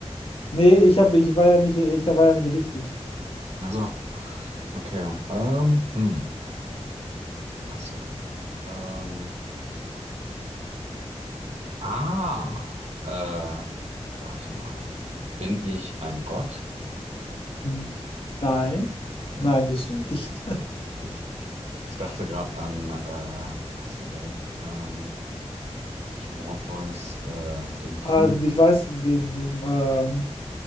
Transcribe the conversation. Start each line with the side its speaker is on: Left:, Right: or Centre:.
Left: Nee, ich hab, ich war ja nicht, ich war ja nicht richtig.
Right: Also, okay. Ähm, hm, Wasser. Ähm, ah, äh, warte mal. Bin ich ein Gott?
Left: Hm. Nein.
Right: Hm.
Left: Nein, bist du nicht.
Right: Shit. Ich dachte gerade an, äh, wie heißt er denn? Ähm, nicht Morpheus, äh,
Left: <laughs>
Right: den Bruder.
Left: Ah, ich weiß, den, du, ähm,